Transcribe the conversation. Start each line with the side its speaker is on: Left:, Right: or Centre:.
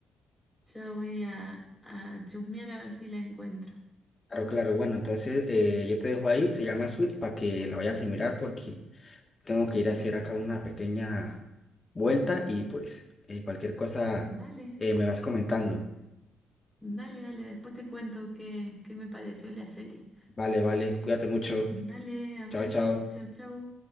Centre: Ya voy a, a chusmear a ver si la encuentro.
Left: claro. claro. Bueno, entonces eh, yo te dejo ahí. Se llama Sweet para que lo vayas a mirar porque tengo que ir a hacer acá una pequeña vuelta y pues eh, cualquier cosa
Centre: Dale,
Left: eh, me vas comentando.
Centre: dale, dale. Después te cuento qué, qué me pareció la serie.
Left: Vale, vale. Cuídate mucho.
Centre: Dale, abrazo.
Left: Chao, chao.
Centre: Chau, chau.